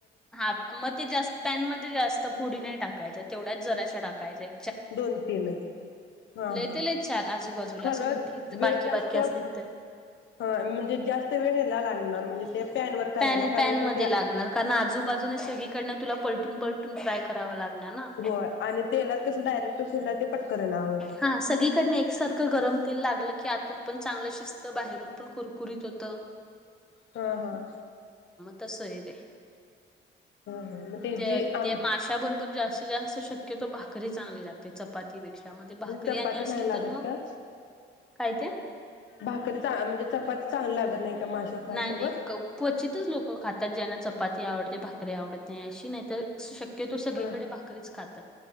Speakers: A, in the centre; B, on the left.
A: हा मग ते जास्त पॅन मध्ये जास्त फोडी नाही टाकायच्या तेवढ्याच जराश्या टाकायचे
B: दोन तीनच ह
A: लय
B: ह
A: ते लय चार आजूबाजूला
B: खरच
A: असं मोठी बारकी
B: वेळ जास्त
A: बारकी
B: ह
A: असली तर
B: म्हणजे जास्त वेळ ह्याला
A: <inaudible>
B: लागणार म्हणजे ते पॅनवर करायला
A: पॅन
B: कारण
A: पॅनमधी
B: का त्या
A: लागणार कारण आजूबाजूने सगळीकडन तुला पलटून पलटून फ्राय करावा लागणार ना
B: होय आणि तेला कस डायरेक्टड ते पटकरण आवरणार.
A: हा सगळीकडन एकसारखं गरम तेल लागलं की आतून पण चांगलं शिजत बाहेरून पण कुरकुरीत होत.
B: हम्म हम्म.
A: तसंये ते.
B: हा मग
A: ते
B: जे
A: आदी
B: आम
A: ते माश्या बरोबर जास्तीत जास्त शक्यतो भा करी चांगली लागते. चपातीपेक्षा म ते भाकरी
B: चपाती
A: आणि
B: नाही
A: असली
B: लागत
A: तर मग,
B: का?
A: काय ते.
B: भाकरी चा म्हणजे चपाती चांगली लागत नाही. का माशा फ्राय
A: नाही
B: सोबत?
A: नाही क्वचितच लोक खातात ज्यांना चपाती आवडते भाक री आवडत नाही अशी नाही तर शक तो सगळीकडे
B: ह
A: भाकरीच खातात